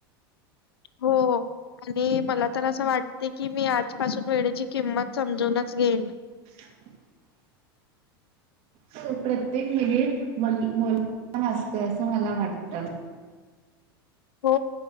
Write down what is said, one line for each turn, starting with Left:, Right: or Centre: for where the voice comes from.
Left: हो आणि मला तर असं वाटते की मी आजपासून वेळेची किंमत समजूनच घेईन
Right: <unintelligible> हो प्रत्येक मिनिटला असते असं मला वाटत
Left: हो